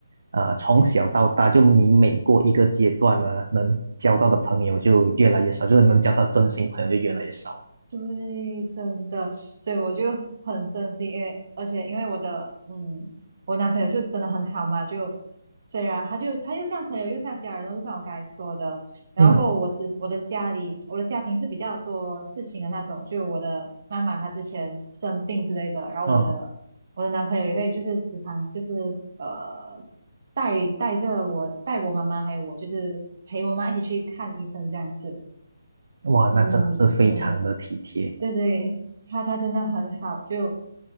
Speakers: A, on the right (about 70°); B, on the right (about 40°).
A: 呃从小到大，就你每过一个阶段呢，能交到的朋友就越来越少，就是能交到真心朋友就越来越少了。
B: 对，真的，所以我就很珍惜，因为而且因为我的嗯，我男朋友就真的很好嘛，就虽然他就他又像朋友又像家人又就像我刚才说的，然后过后我之我的家里我的家庭是比较多事情的那种，
A: 嗯
B: 就我的妈妈她之前生病之类的，然后我的我的男朋友也会就是时常就是呃
A: 嗯，
B: 带带着我带我妈妈还有我就是陪我妈一起去看医生这样子，
A: 哇，
B: 嗯，
A: 那真的是非常的体贴。
B: 对。对对，他他真的很好，就